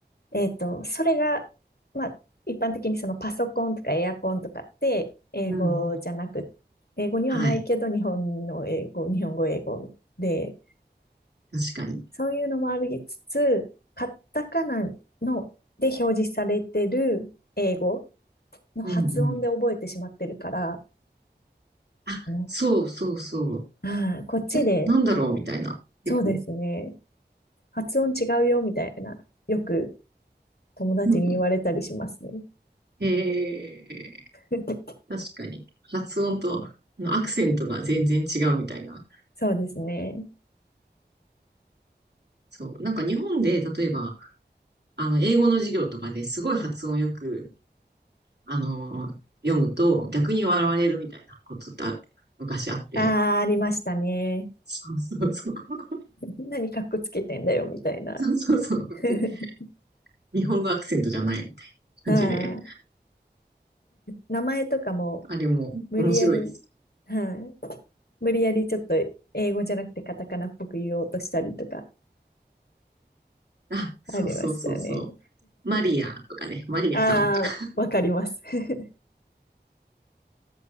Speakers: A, on the left; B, on the right.
A: えっと、それが、まあ、一般的にそのパソコンとかエアコンとかって英語じゃなく、
B: うん。
A: 英語にはないけど日本の英語、
B: はい。
A: 日本語英語で、
B: 確かに。
A: そういうのもありつつ、カタカナので表示されてる英語の発音で覚えてしまってるから、
B: うん、うん。あ、
A: あの、
B: そうそうそう。
A: あーこっちで、
B: え、なんだろうみたいな、結構。
A: そうですね、発音違うよみたいな、よく友達に言われたりしますね。
B: <laughs> へー
A: <laughs>
B: 確かに。発音とあのアクセントが全然違うみたいな。
A: そうですね。
B: そう。なんか日本で、例えば、あの、英語の授業とかですごい発音よく、あのー読むと逆に笑われるみたいなことってあ昔あって。
A: ああ、ありましたね。
B: そうそうそう。<laughs>
A: 何かっこつけてんだよ、みたいな
B: そうそうそう。別に
A: <laughs>。
B: 日本語アクセントじゃないみたいな感じで。
A: はい名前とかも
B: あれも面白いです。
A: 無理やり、はい無理やりちょっと英語じゃなくてカタカナっぽく言おうとしたりとか
B: あ、そうそうそうそう。
A: ありましたね。
B: マリアとかね、マリアさんとか。
A: ああ、わかります <laughs>。